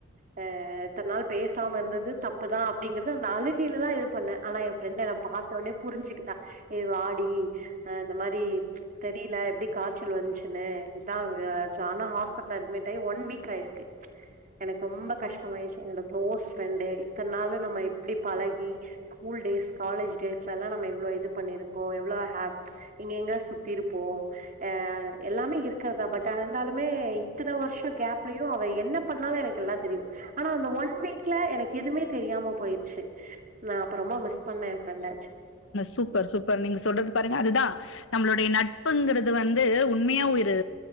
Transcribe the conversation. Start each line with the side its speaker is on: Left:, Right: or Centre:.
Right: இப்ப இத்ன் நாள் பேசாம இருந்தது தப்பு தா அப்டிங்கறது அந்த அழுகையில தா இது பண்ணே ஆனா என் ஃப்ரெண்டு என்னை பாத்தோனே புரிஞ்சுக்கிட்டா ஏ வாடி அ இந்த மாரி தெரியில எப்டி காய்ச்சல் வந்துச்சுன்னு இதான் ஆனா ஹாஸ் பட்ல்ல அட்மிட் ஆயி ஒன் வீக் ஆயிருக்கு எனக்கு ரொம்ப கஷ்டமாயிடுச்சு என்னோட குளோஸ் ஃப்ரெண்டு இத்தன் நாளு நம்ம இப்டி பழகி ஸ்கூல் டேஸ் காலேஜ் டேஸ் ஸுல எல்லா நம்ம எவ்ளோ இது பண்ணிருக்கோ எவ்வளோ இங்க எங்க சுத்தி இருப்போ அ எல்லாமே இருக்கிறதா பட் இருந்தாலுமே இத்தன வர்ஷோ கேப்லயு அவ என்ன பண்ணாலு எனக் கு எல்லா தெரியு ஆனா அந்த ஒன் வீக்ல எனக்கு எதுவுமே தெரியாம போயிருச்சு நா அப்ப ரொம்ப மிஸ் பண்ணே என் ஃப்ரண்ட
Left: சூப்பர் சூப்பர் நீங்க சொல்றது பாருங்க அதுதா நம்மளோடைய நட்புங்குறது வந்து உண்மையா ஒயிரு